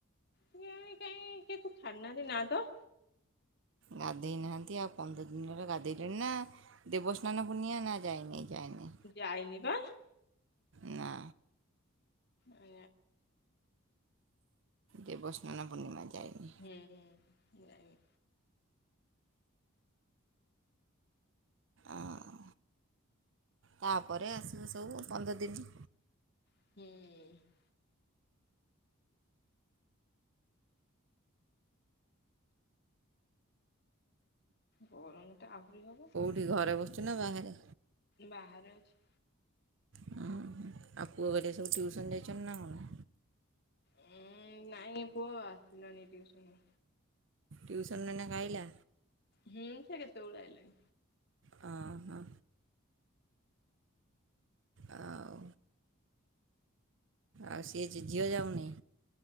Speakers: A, on the left; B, on the right.
A: କିଆଣି କାଇଁ କିଛି ଛାଡ଼ି ନାହାଁନ୍ତି ନା ତ।
B: ଗାଧେଇ ନାହାଁନ୍ତି ଆଉ ପନ୍ଦର ଦିନ ହେଲା ଗାଧେଇଲେଣି ନା? ଦେବସ୍ନାନ ପୁର୍ଣ୍ଣିଆ ନା ଯାଇନି ଯାଇନି।
A: ଯାଇନି ପା।
B: ନା।
A: ଏ
B: ଦେବସ୍ନାନ ପୂର୍ଣ୍ଣିମା ଯାଇନି।
A: ହୁଁ ଯାଇନି।
B: ଆଉ ତାପରେ ଆସିବୁ ସବୁ ପନ୍ଦର ଦିନି।
A: ହୁଁ। ଗରମ ତ ଆହୁରି ହବ।
B: ତୁ ଘରେ ବସିଛୁ ନା ବାହାରେ?
A: ବାହାରେ ଅଛି।
B: ଉଁ ହୁଁ ଆଉ ପୁଅ ଘରିକା ସବୁ ଟ୍ୟୁସନ୍ ଯାଇଛନ୍ତି ନା କଣ?
A: ଉଁ ନାଇଁ ପୁଅ ଆସିଲାଣି ଟିୟୁସନ୍ ରୁ।
B: ଟିୟୁସନ୍ ନେ ନା ଖାଇଲା।
A: ହୁଁ ସେ କେତେବେଳୁଆଇଲାନି।
B: ହଁ ହଁ ଆଉ ଆଉ ସେ ଝିଅ ଯାଉନି।